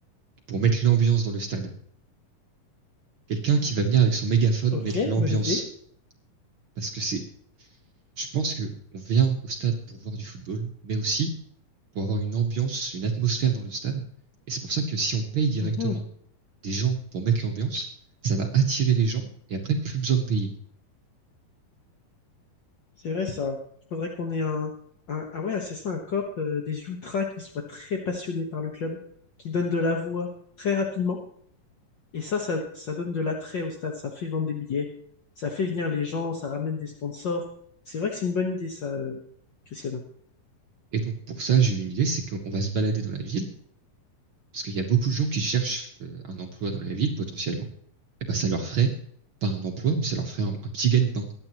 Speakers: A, on the right (about 70°); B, on the left (about 60°).
A: pour mettre l'ambiance dans le stade. Quelqu'un qui va venir avec son mégaphone
B: Ok,
A: mettre l'ambiance.
B: bonne idée.
A: Parce que c'est, je pense que on vient au stade pour voir du football, mais aussi pour avoir une ambiance, une atmosphère dans le stade. Et c'est pour ça que si on paye directement
B: Mhm.
A: des gens pour mettre l'ambiance, ça va attirer les gens et après plus besoin de payer.
B: C'est vrai ça. Il faudrait qu'on ait un, un- Ah ouais, c'est ça, un cop, euh, des ultras qui soient très passionnés par le club, qui donnent de la voix très rapidement. Et ça, ça, ça donne de l'attrait au stade, ça fait vendre des billets, ça fait venir les gens, ça ramène des sponsors. C'est vrai que c'est une bonne idée ça, euh, Cristiano.
A: Et donc pour ça, j'ai eu une idée, c'est qu'on va se balader dans la ville Parce qu'il y a beaucoup de gens qui cherchent euh, un emploi dans la ville, potentiellement. Et ben, ça leur ferait, pas un emploi, mais ça leur ferait un, un petit gagne-pain.